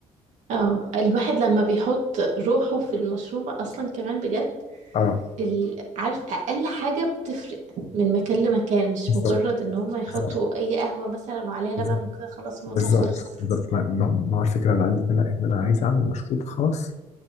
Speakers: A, on the right; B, on the left.
A: اه الواحد لما بيحط روحه في المشروع اصلا كمان بجد
B: اه
A: ال... عارف اقل حاجه بتفرق من مكان لمكان مش
B: بالظبط
A: مجرد ان هم يحطوا
B: بالظبط
A: اي قهوه مثلا وعليها لبن
B: بالظبط
A: وكده خلاص الموضوع
B: بالظبط
A: خلص
B: بالظبط ما ما- ما هو الفكره اللي عندي ان انا ان انا عايز اعمل مشروب خاص